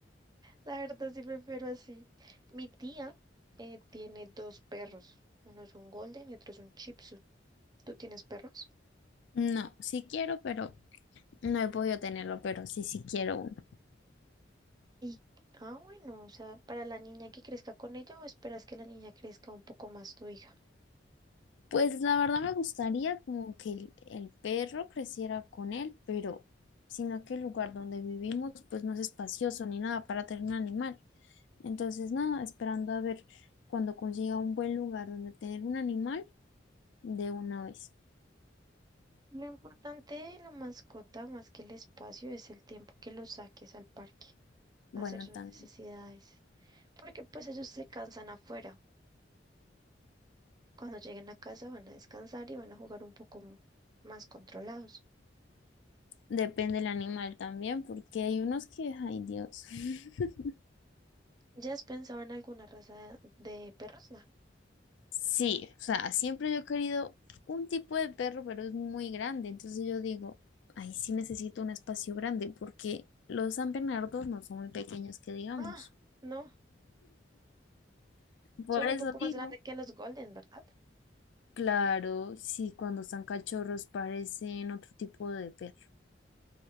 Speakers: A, on the right (about 20°); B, on the left (about 75°).
A: La verdad sí prefiero así. Mi tía eh, tiene dos perros. Uno es un golden y otro es un chipsu. ¿Tú tienes perros?
B: No, sí quiero, pero no he podido tenerlo, pero sí, sí quiero uno.
A: Y, ah, bueno, o sea, para la niña que crezca con ella o esperas que la niña crezca un poco más tu hija.
B: Pues la verdad me gustaría como que el, el perro creciera con él, pero sino que el lugar donde vivimos pues no es espacioso ni nada para tener un animal. Entonces nada, esperando a ver cuando consiga un buen lugar donde tener un animal de una vez.
A: Lo importante de la mascota, más que el espacio, es el tiempo que lo saques al parque.
B: Bueno,
A: hacer sus
B: también.
A: necesidades, porque pues ellos se cansan afuera. Cuando lleguen a casa van a descansar y van a jugar un poco m- más controlados.
B: Depende del animal también, porque hay unos que, ay Dios. <laughs>
A: ¿Ya has pensado en alguna raza de perros? No.
B: Sí, o sea, siempre yo he querido un tipo de perro, pero es muy grande. Entonces yo digo, ay, sí necesito un espacio grande, porque los San Bernardos no son muy pequeños, que digamos.
A: Ah, no,
B: Por
A: son
B: eso
A: un poco
B: digo,
A: más grandes que los Golden, ¿verdad?
B: claro, sí, cuando están cachorros parecen otro tipo de perro,